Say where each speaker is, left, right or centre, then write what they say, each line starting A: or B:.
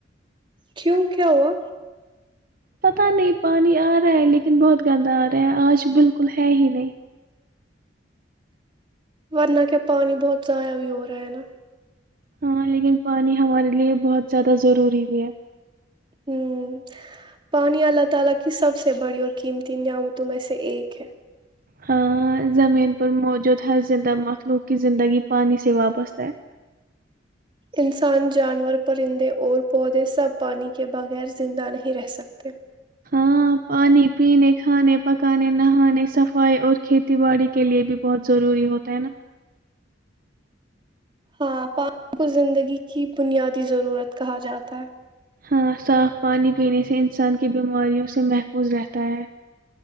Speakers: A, on the right; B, on the right.
A: کیوں کیا ہوا؟
B: پتا نہیں پانی آ رہا ہے لیکن بہت گندا آ رہا ہے آج بالکل ہے ہی نہیں
A: ورنہ کیا پانی بہت ضائع بھی ہو رہا ہے نا
B: ہاں لیکن پانی ہمارے لیے بہت زیادہ ضروری بھی ہے
A: ہوں پانی اللہ تعالی کی سب سے بڑی اور قیمتی نعمتوں میں سے ایک ہے
B: ہ زمین پر موجود ہر زہ مخلوق کی زندگی پانی سے وابستہ ہے
A: انسان جانور پرندے اور پودے سب پانی کے بغیر زندہ نہیں رہ سکتے
B: ہاں پانی پینے کھانے پکانے نہانے صفائی اور کھیتی باڑی کے لیے بھی بہت ضروری ہوتا ہے نا
A: ہاں پانی کو زندگی کی بنیادی ضرورت کہا جاتا ہے
B: ہاں صاف پانی پینے سے انسان کی بیماریوں سے محفوظ رہتا ہے